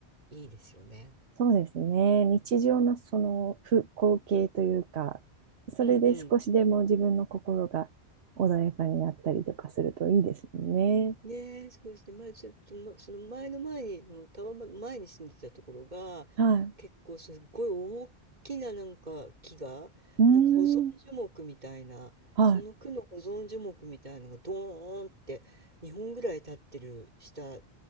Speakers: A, on the right; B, on the right.
A: いいですよね。
B: そうですね。日常のそのふ光景というか、それで少しでも自分の心が穏やかになったりとかするといいですよね。
A: うんうん。ねえ、そうですね。前ちょっと、ま、その前の前にのタワマン前に住んでたところが、
B: はい。
A: 結構すっごい大きななんか木が、
B: うー
A: なんか保存樹木みたいな、
B: ん、はい、
A: その区の保存樹木みたいなのがドーンって2本ぐらい立ってる下